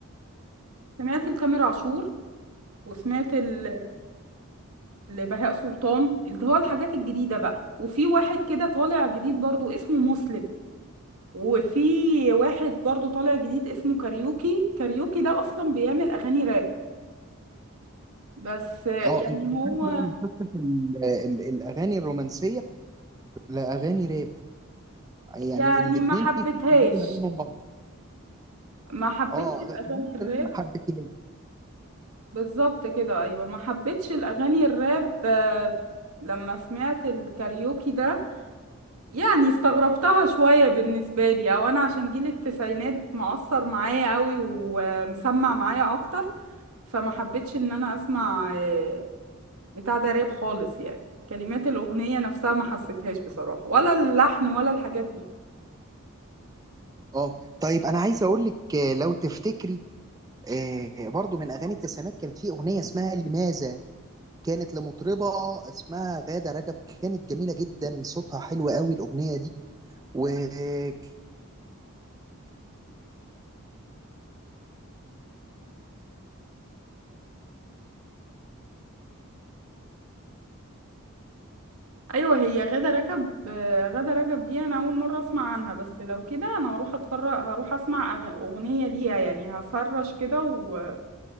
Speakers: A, on the right; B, on the right.
A: سمعت لتامر عاشور وسمعت ال- لبهاء سلطان اللي هو الحاجات الجديدة بقى وفي واحد كده طالع جديد برضو اسمه مسلم وفي واحد برضو طالع جديد اسمه كاريوكي كاريوكي ده اصلا بيعمل اغاني راب بس
B: اه
A: يعني
B: انت دخلت
A: هو
B: بقى مسكت ال- ال- الاغاني الرومانسيه لاغاني راب يعني
A: يعني
B: الاثنين
A: ما حبيتهاش
B: في فرق كبير ما بينهم بعض.
A: ما حبيتش
B: اه
A: الاغاني
B: أغ- اغاني
A: الراب
B: الراب ما حبيتهاش
A: بالظبط كده ايوه ما حبيتش الاغاني الراب آه، لما سمعت الكاريوكي ده يعني استغربتها شوية بالنسبة لي او انا عشان جيل التسعينات مؤثر معايا قوي ومسمع معايا اكتر فما حبيتش ان انا اسمع آه، بتاع ده راب خالص يعني كلمات الاغنية نفسها ما حسيتهاش بصراحة ولا اللحن ولا الحاجات دي
B: اه طيب انا عايز اقول لك آه، لو تفتكري آه، برضو من اغاني التسعينات كانت في اغنيه اسمها لماذا كانت لمطربه اسمها غاده رجب كانت جميله جدا صوتها حلو قوي الاغنيه دي
A: ايوه هي غادة رجب آه، غادة رجب دي انا اول مرة اسمع عنها بس لو كده انا هروح اتفرج هروح اسمع أغ- اغنية ليها يعني هسرش كده و...